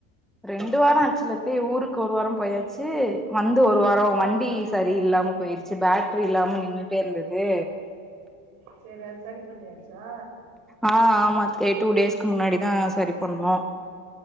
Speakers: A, in the centre; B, on the right.
A: ரெண்டு வாரம் ஆச்சுலத்தே ஊருக்கு ஒரு வாரம் போயாச்சு வந்து ஒரு வாரம் வண்டி
B: ஓ
A: சரில்லாம போயிரு பேட்டரி இல்லாம நின்னுட்டே இருந்தது
B: சரி அது சரி பண்ணியாச்சா
A: ஆ ஆமா த்தே டூ டேஸ்க்கு முன்னாடிதான் சரி பண்ணும்